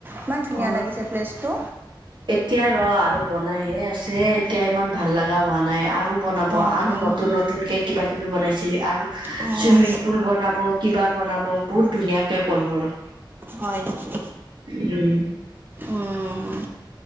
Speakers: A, on the right; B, on the right.
A: ইমান ধুনীয়া
B: অ
A: লাগিছে প্লেচটো।
B: এতিয়া ৰ' আৰু বনাই হে আছে, এতিয়া ইমান ভাল লগা হোৱা নাই আৰু বনাব,
A: অঁ
B: আৰু
A: উম,
B: নতুন নতুনকে কিবা কিবি বনাইছে আৰু
A: উম,
B: চুইমিং পুল বনাব, কিবা বনাব বহুত ধুনীয়াকে কৰব' ৰ
A: হয় নেকি?
B: উম
A: উম।